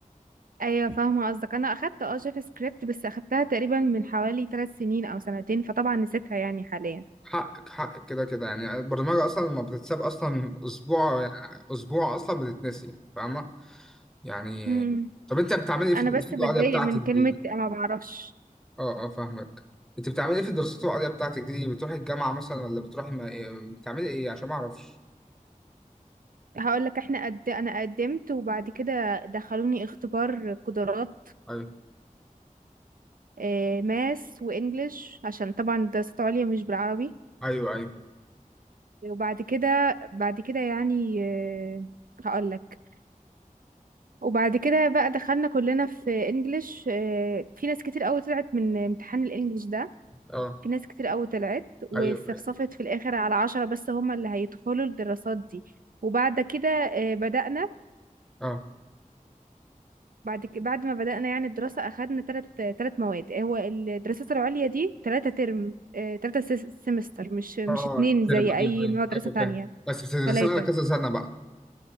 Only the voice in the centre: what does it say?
حقك حقك كده كده يعني البرمجة أصلا لما بتتساب أصلا أسبوع يعني أسبوع أصلا بتتنسي يعني فاهمة؟ يعني
طب أنت بتعملي إيه في
الدراسات
العليا بتاعتك
دي؟
أه أه فاهمك أنت بتعملي إيه في الدراسات العليا بتاعتك دي؟ بتروحي الجامعة مثلا ولا بتروحي ما... إيه- بتعملي إيه عشان ما أعرفش؟
أيوه
أيوه أيوه
أه
أيوه أيوه
أه
أه آه،
ترم
أيوه
أيوه
أيوه
فاهم بس بتدرسي
على كذا سنة بقى